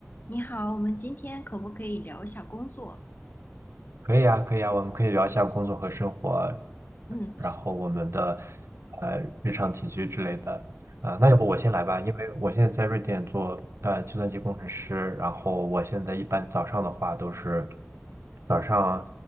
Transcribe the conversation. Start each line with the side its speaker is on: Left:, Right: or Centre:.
Left: 你好，我们今天可不可以聊一下工作？
Right: 可以啊，可以啊，我们可以聊一下工作和生活，
Left: 嗯，
Right: 然后我们的呃日常起居之类的。啊、那要不我先来吧，因为我现在在瑞典做呃计算机工程师，然后我现在一般早上的话都是早上